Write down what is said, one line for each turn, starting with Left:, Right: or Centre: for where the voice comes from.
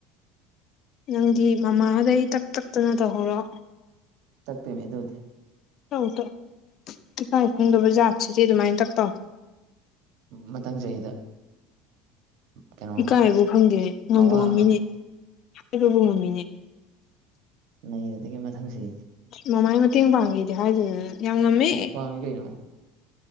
Left: ꯅꯪꯗꯤ ꯃꯃꯥꯗꯩ ꯇꯛ ꯇꯛꯇꯅ ꯇꯧꯍꯔꯣ
Right: ꯆꯛꯄꯤꯏ ꯃꯤ ꯑꯗꯨꯗꯤ
Left: ꯇꯧ ꯇꯧ ꯏꯀꯥꯏ ꯈꯨꯝꯗꯕ ꯖꯥꯠꯁꯤꯗꯤ ꯑꯗꯨꯃꯥꯏꯅ ꯇ ꯇꯧ
Right: ꯃꯊꯪ ꯆꯍꯤꯗ ꯀꯩꯅꯣ ꯑꯃ
Left: ꯏꯀꯥꯏꯕꯨ ꯐꯪꯗꯦ ꯉꯝꯕ
Right: ꯍꯋꯥ
Left: ꯉꯝꯃꯤꯅꯦ
Right: ꯑꯃ
Left: ꯍꯥꯏꯕꯕꯨ ꯉꯝꯃꯤꯅꯦ <inaudible>
Right: ꯂꯩꯕꯒꯤ ꯃꯊꯪꯁꯤ
Left: ꯃꯃꯥꯏ ꯃꯇꯦꯡ ꯄꯥꯡꯈꯤꯗꯤ ꯍꯥꯏꯗꯨꯗꯅ ꯌꯥꯝ ꯉꯝꯃꯦ
Right: ꯄꯥꯡꯉꯤ ꯀꯩꯅꯣ